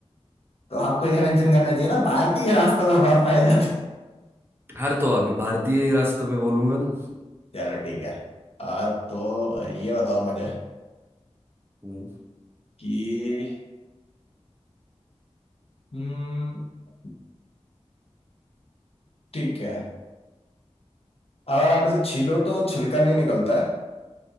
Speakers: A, on the left; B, on the right.
A: तो आपको ये मेंशन करना चाहिए था भारतीय रास्तों में बहुत पाए जाते हैं।
B: हर तो अभी भारतीय रास्तों पे बोलूंगा ना
A: चलो ठीक है आ, तो
B: हम्म
A: ये बताओ मुझे
B: हम्म
A: कि हम्म, ठीक है अगर आप इसे छीलो तो छिलका नहीं निकलता है